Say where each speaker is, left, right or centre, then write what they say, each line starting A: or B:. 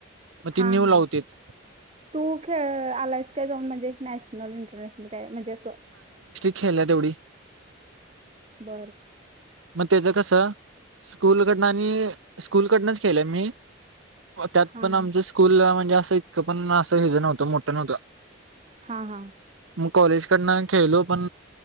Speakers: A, on the right; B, on the right.
A: मग ती
B: हा
A: न्यू
B: हा
A: ला होतीत
B: तू खेळ आलायस काय जाऊन म्हणजे नॅशनल इंटरनॅशनल? काय म्हणजे असं?
A: खेल तेवढी.
B: बर.
A: मग त्याचं कसं स्कूलकडनं आणि स्कूलकडनच केलं मी. त्यात
B: हा
A: पण
B: हा
A: आमच स्कूल म्हणजे असं इतकं पण असं हे ज नव्हतं मोठं नव्हतं.
B: हा हा.
A: मग कॉलेजकडनं खेळलो पण